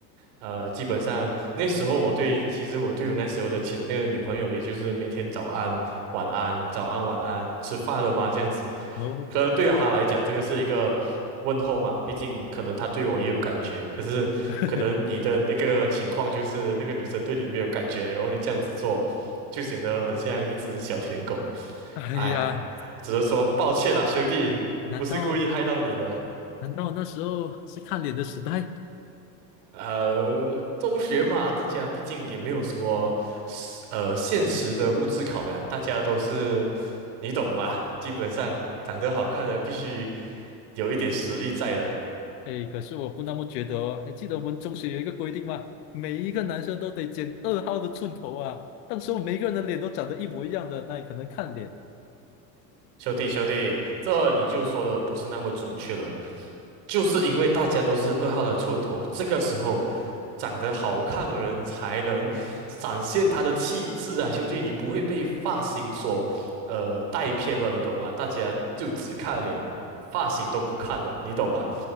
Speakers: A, on the right (about 65°); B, on the left (about 70°).
A: 呃，基本上那时候我对，其实我对我那时候的前那个女朋友，也就是每天早安、晚安、早安、晚安，吃饭了吗？这样子，
B: 哦，
A: 可能对于她来讲，这个是一个问候嘛，毕竟可能她对我也有感觉。可是，
B: <laughs>
A: 可能你的那个情况就是那个女生对你没有感觉，然后你这样子做，就显得很像一只小舔狗。
B: 哎呀，
A: 哎呀，只能说抱歉啦，兄弟，
B: 难道
A: 不是故意害到你的。
B: 难道那时候是看脸的时代？
A: 呃，中学嘛，大家毕竟也没有什么。呃，现实的物质考量，大家都是你懂的吧？基本上长得好看的必须有一点实力在的。
B: 哎，可是我不那么觉得哦。还记得我们中学有一个规定吗？每一个男生都得剪二号的寸头啊。当时候每一个人的脸都长得一模一样的，那也可能看脸。
A: 兄弟，兄弟，这你就说的不是那么准确了，就是因为大家都是二号的出人头，这个时候长得好看的人才能展现他的气质啊，兄弟，你不会被发型所呃带偏了，你懂吗？大家就只看脸，发型都不看了，你懂吧？